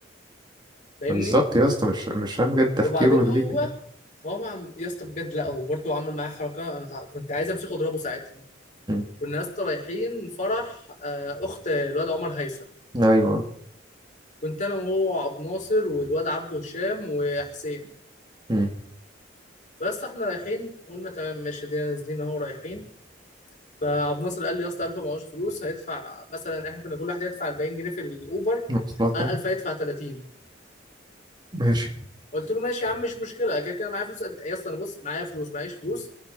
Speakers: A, on the left (about 40°); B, on the right (about 25°).
A: فاهمني
B: بالظبط يا اسطى مش مش فاهم بجد تفكيره
A: وبعدين هو
B: ليه كده
A: هو مع يا اسطى بجد لا هو برضه عمل معايا حركه انا تع... كنت عايز امسكه واضربه ساعتها
B: مم.
A: كنا يا اسطى رايحين فرح آه، اخت الواد عمر هيثم
B: ايوه
A: كنت انا وهو عبد ناصر والواد عبد هشام وحسين
B: مم.
A: فبس احنا رايحين قلنا تمام ماشي دي نازلين اهو رايحين فعبد ناصر قال لي يا اسطى الف معهوش فلوس هيدفع مثلا احنا كنا كل واحد هيدفع 40 جنيه في الاوبر
B: مواصلات
A: قال
B: يعني
A: الف هيدفع 30
B: ماشي
A: قلت له ماشي يا عم مش مشكله كده كده معايا فلوس قد... إيه؟ يا اسطى انا بص معايا فلوس معيش فلوس